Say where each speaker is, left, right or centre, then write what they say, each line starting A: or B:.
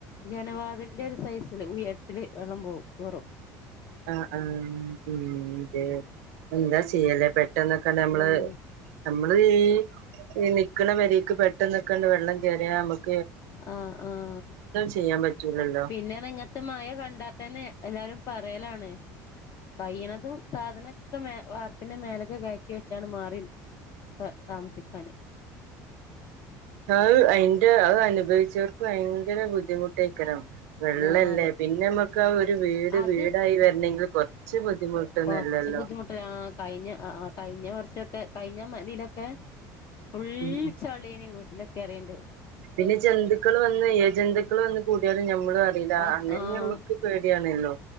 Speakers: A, on the left (about 45°); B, on the right (about 85°).
A: ജനവാതിലിന്റെ ഒരു സൈസ് ഉയരത്തില് വെള്ളം പോവും കേറും
B: ആഹ് ആഹ് മ്മ് എന്താ ചെയ്യുവാ അല്ലേ പെ ട്ടന്നൊക്കെ നമ്മള്
A: ഉം
B: നമ്മള് ഈ ഈ നിക്കണ വരിക്ക് പെട്ടന്നൊക്കെ അങ്ങട് വെള്ളം കയറിയാൽ നമക്ക്
A: ആഹ് ആഹ്
B: ചെയ്യാൻ പറ്റൂലല്ലോ
A: പിന്നെ ഇങ്ങത്തെ മഴ കണ്ടാത്തന്നെ എല്ലാരും പറയലാണ് കയ്ണതും സാധനക്കെ മേ വാർപ്പിന്റെ മേലൊക്കെ കയറ്റി വെച്ചാണ് മാറി ആ താമസിക്കാന്
B: അ അതിന്റെ അ അനുഭവിച്ചവർക്ക് ഭയങ്കര ബുദ്ധിമുട്ടായിക്കരും വെള്ളല്ലേ
A: ആഹ് അതെ
B: പിന്നെ നമുക്ക് ആ
A: ഉം
B: ഒരു വീട്
A: അത്
B: വീടായി വരണെങ്കിൽ കൊറച്ച് ബുദ്ധിമുട്ടൊന്നല്ലല്ലോ
A: കൊറച്ച് ബുദ്ധിമുട്ടില്ല ആ കഴിഞ്ഞ ആ കഴിഞ്ഞ വർഷൊക്കെ കഴിഞ്ഞ മ ഇതിലൊക്കെ ഫുൾ
B: ഉം ഉം
A: ചളിയാന് വീട്ടില് കേറിയണ്ട്
B: പിന്നെ ജന്തുക്കൾ വന്ന് ഇഴ ജന്തുക്കൾ വന്ന് കൂടിയാലും ഞമ്മക്ക് അ
A: അത്
B: അങ്ങനെ
A: ആഹ്
B: ഞമ്മക്ക് പേടിയാണല്ലോ